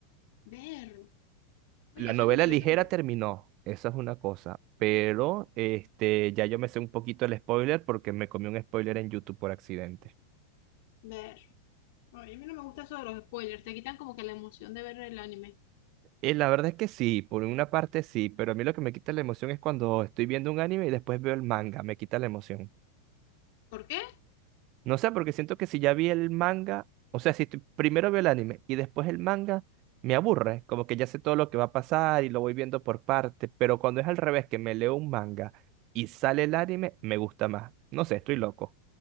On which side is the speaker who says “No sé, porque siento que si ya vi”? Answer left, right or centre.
Right